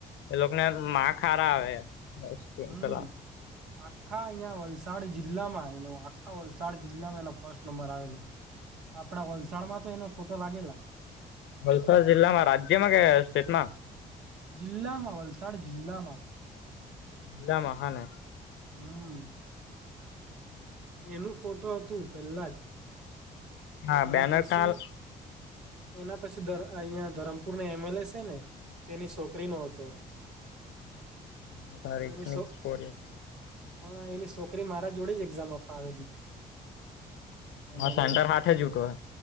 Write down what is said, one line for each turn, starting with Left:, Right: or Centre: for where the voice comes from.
Left: એલોકોને માકૅસ હારા આવે.
Right: હમ.
Left: પેલા
Right: આખા અહીંયા વલસાડ જિલ્લામાં એનો આખા વલસાડ જિલ્લામાં એનો ફર્સ્ટ નંબર આવેલો. આપણા વલસાડમાં તો એનો ફોટો લાગેલો.
Left: વલસાડ જિલ્લામાં, રાજ્યમાં કે સ્ટેટમાં?
Right: જિલ્લામાં, વલસાડ જિલ્લામાં.
Left: જિલ્લામાં હ ને?
Right: હમ. એનું ફોટું હતું, પહેલા જ.
Left: હા
Right: એના
Left: બેનર
Right: પછી,
Left: કાલ
Right: એના પછી અહિયાં ધરમપુરના એમએલ એ છે ને? તેની છોકરીનું હતું.
Left: મોટા ર
Right: એની સો
Left: નક પડે.
Right: હા, એની છોકરી મારા જોડે જ એક્ઝામ આપવા આવેલી. એમએલએની
Left: સેન્ટર હાથે હૂતો હ.